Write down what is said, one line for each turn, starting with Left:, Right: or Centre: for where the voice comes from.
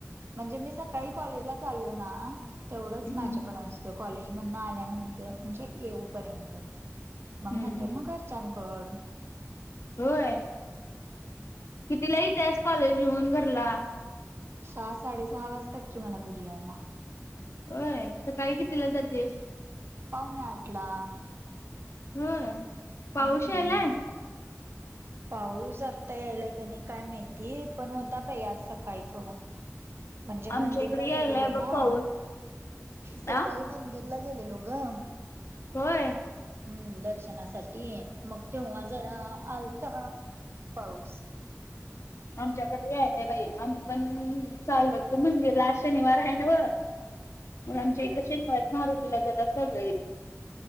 Right: म्हणजे मी सकाळी कॉलेजला चाललो ना तेवढंच
Left: हम्म
Right: माझ्याकड असत. कॉलेजमधन आल्यानंत म्हणजे येऊ पर्यंत मग
Left: हम्म
Right: नंतर
Left: हम्म
Right: न घरच्यांनकड
Left: होय. कितीला ईत्यास कॉलेज घेऊन घरला
Right: सहा साडेसहा वाजतात की, मला घरी यायला.
Left: होय. सकाळी कितीला जातेस?
Right: पावणे आठला
Left: होय. पाऊस
Right: हम्म
Left: यायलाय.
Right: पाऊस आता यायलाय का नाई काय माहिती, पण होता बाई आज सकाळी थोडा म्हणजे
Left: आमच्या
Right: मंदिरला
Left: इकडे यायलाय
Right: गेलेलो
Left: बघ
Right: ना
Left: पाऊस.
Right: सकाळी
Left: आ
Right: मंदिरला गेलेलो ग
Left: होय.
Right: हम्म, दर्शनासाठी मग, तेव्हा जरा आलत पाऊस
Left: आमच्याकडे यायला बाई, आम्ही पण चाललो होतो मंदिरला आज शनिवार हाय न्हवं.
Right: <inaudible>
Left: मग आमच्या इकडे शनिवारी मारुतीला जातात सगळेच.